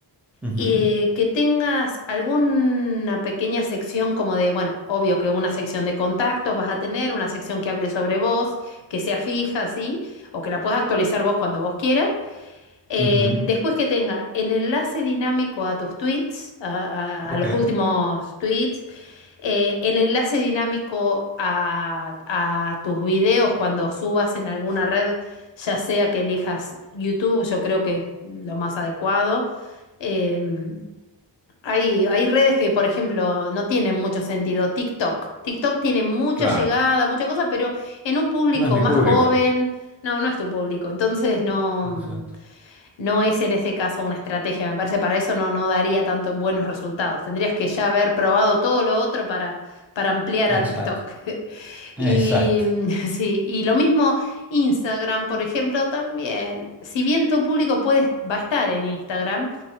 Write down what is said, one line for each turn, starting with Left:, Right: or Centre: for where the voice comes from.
Centre: Ujú,
Left: eh, que tengas alguna pequeña sección como de, bueno, obvio que una sección de contactos vas a tener, una sección que hable sobre vos, que sea fija, ¿sí? O que la puedas actualizar vos cuando vos quieras. Eh,
Centre: ujú,
Left: después que tenga el enlace dinámico a tus tweets, a, a-
Centre: Ok,
Left: a los últimos tweets, eh, el enlace dinámico a, a tus videos cuando subas en alguna red, ya sea que elijas YouTube, yo creo que es lo más adecuado. Em, hay, hay redes que, por ejemplo, no tienen mucho sentido. TikTok. TikTok tiene mucha
Centre: claro.
Left: llegada, mucha cosa, pero en un público
Centre: No es mi
Left: más
Centre: público.
Left: joven, no, no es tu público. Entonces no, mm,
Centre: Exacto.
Left: no es en ese caso una estrategia. Me parece para eso no, no daría tantos buenos resultados. Tendrías que ya haber probado todo lo otro para, para ampliar a
Centre: Exacto.
Left: TikTok. <laughs>
Centre: Exacto.
Left: Y mm, <laughs> sí, y lo mismo Instagram, por ejemplo, también. Si bien tu público puede, va a estar en Instagram.